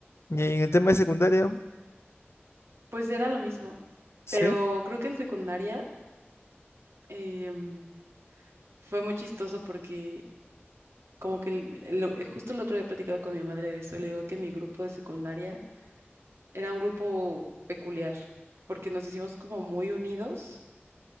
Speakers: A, on the left; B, on the right.
A: Y en el tema de secundaria,
B: Pues era lo mismo,
A: sí,
B: pero creo que en secundaria em, fue muy chistoso porque como que el- el- lo- eh, justo el otro día platicaba con mi madre de eso, le digo que mi grupo de secundaria era un grupo peculiar porque nos hicimos como muy unidos,